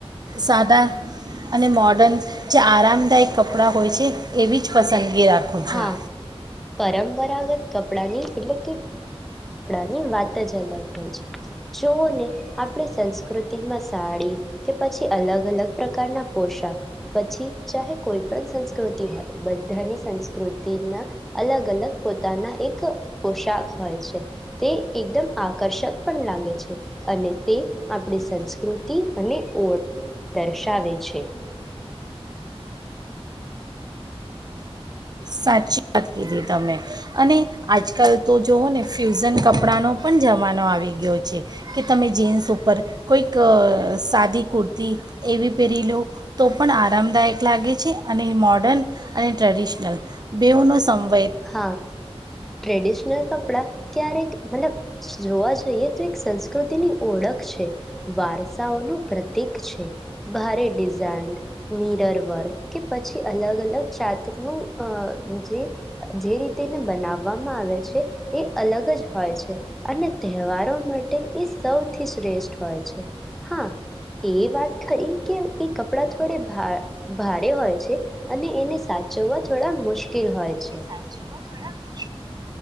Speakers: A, on the right (about 40°); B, in the centre.
A: સાદા અને મોડન જે આરામદાયક કપડાં હોય છે, એવીજ પસંદગી રાખું છું
B: હા, પરંપરાગત કપડાની એટલેકે કપડાની વાતજ અલગ હોય છે. જોઓને આપડી સંસ્કૃતિમાં સાડી કે પછી અલગ-અલગ પ્રકારના પોશાક, પછી ચાહે કોઈ પણ સંસ્કૃતિ હોય, બધાની સંસ્કૃતિના અલગ-અલગ પોતાના એક પોશાક હોય છે. તે એકદમ આકર્ષક પણ લાગે છે અને તે આપડી સંસ્કૃતિ અને ઓળ દર્શાવે છે.
A: સાચી વાત કીધી તમે અને આજકાલ તો જુઓ ને ફ્યુઝન કપડાંનો પણ જમાનો આવી ગયો છ, કે તમે જીન્સ ઉપર કોઈક સાદી કુર્તી એવી પહેરી લો, તો પણ આરામદાયક લાગે છે અને મોડન અને ટ્રેડિશનલ બેવ ન સંભ
B: હા, ટ્રેડિશનલ કપ ડા. ક્યારેક, મતલબ જોવા જઈએ તો એક સંસ્ ની ઓળખ છે, વારસાઓનું પ્રતિક છે. ભારે ડિઝાઇન મિરર વર્ગ કે પછી અલગ-અલગ જાતનું અહ જે જે રીતેને બનાવવામાં આવે છે, એ અલગ જ હોય છે અને તહેવારો માટે એ સૌથી શ્રેષ્ઠ હોય છે. હા, એ વાત ખરી કે એ કપડાં થોડે ભારે હોય છે અને એને સાચવવા થોડા મુશ્કેલ હોય છે.
A: સાચ